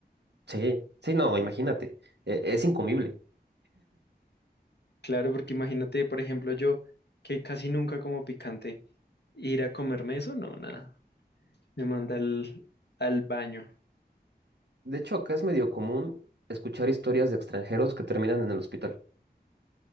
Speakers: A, on the right; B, on the left.
A: Sí, sí, no, imagínate, e- es incomible.
B: Claro, porque imagínate, por ejemplo, yo que casi nunca como picante, ir a comerme eso, no, nada. Me manda al, al baño
A: De hecho, acá es medio común escuchar historias de extranjeros que terminan en el hospital.